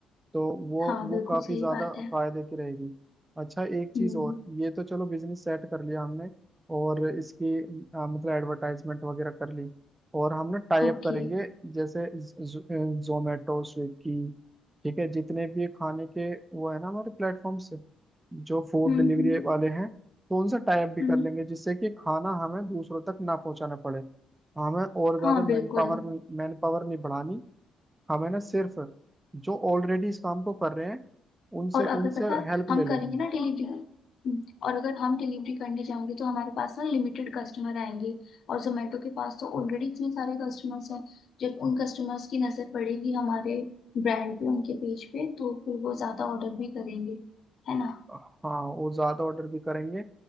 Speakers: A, on the right (about 15°); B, on the left (about 60°).
A: तो वो
B: हाँ
A: वो
B: बिल्कुल
A: काफी
B: सही
A: ज्यादा
B: बात है
A: फायदे की रहेगी अच्छा एक चीज
B: हम्म
A: और ये तो चलो बिजनेस सेट कर लिया हमने और इसकी आ, मतलब एडवर्टाइजमेंट वगैरह कर ली और हम ना टाई
B: ओके
A: अप करेंगे जैसे जोमेटो स्विगी ठीक है जितने भी खाने के वो है ना हमारे प्लेटफॉर्म्स जो फूड
B: हम्म
A: डिलीवरी
B: हम्म
A: वाले हैं तो उनसे टाई अप भी
B: हम्म,
A: कर लेंगे जिससे कि खाना हमें दूसरों तक ना पहुंचाना पड़े हमें और ज्यादा
B: हाँ बिल्कुल
A: मैन पावर मैन पावर नहीं manpower नहीं बढ़ानी हमें ना सिर्फ जो ऑलरेडी इस काम को कर रहे हैं उनसे
B: और अगर
A: उनसे
B: पता है
A: हेल्प
B: हम
A: ले लेनी
B: करेंगे
A: है
B: ना डिलीवरी और अगर हम डिलीवरी करने जाएंगे तो हमारे पास ना लिमिटेड कस्टमर आएंगे और जोमेटो के पास तो ऑलरेडी इतने सारे कस्टमर्स हैं जब उन कस्टमर्स की नजर पड़ेगी हमारे ब्रांड पे उनके पेज पे तो फिर वो ज्यादा ऑर्डर भी करेंगे है ना
A: हाँ वो ज्यादा ऑर्डर भी करेंगे